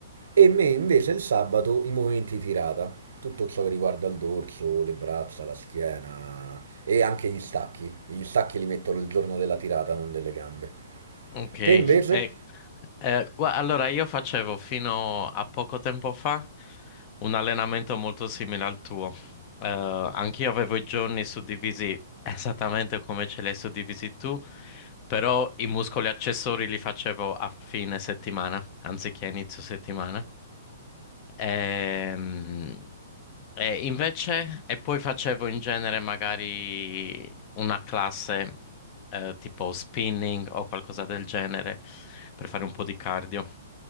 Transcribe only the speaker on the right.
e me invece il sabato i movimenti tirata, tutto ciò che riguarda il dorso, le braccia, la schiena e anche gli stacchi. Gli stacchi li metto il giorno della tirata, non delle gambe.
Te invece?